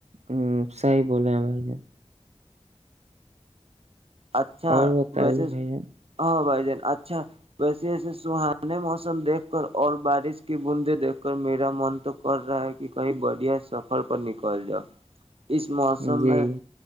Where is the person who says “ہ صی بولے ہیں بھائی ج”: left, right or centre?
Right